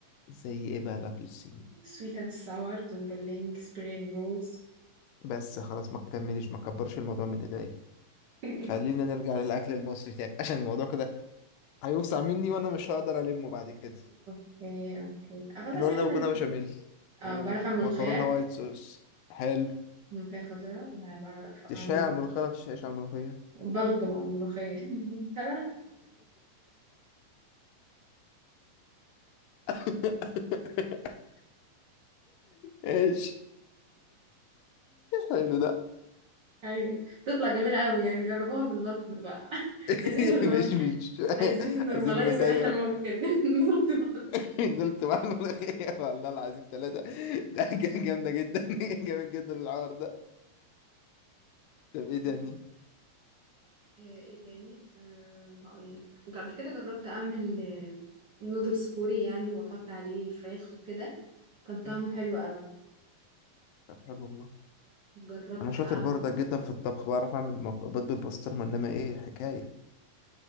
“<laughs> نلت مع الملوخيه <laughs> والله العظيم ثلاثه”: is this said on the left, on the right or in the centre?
Left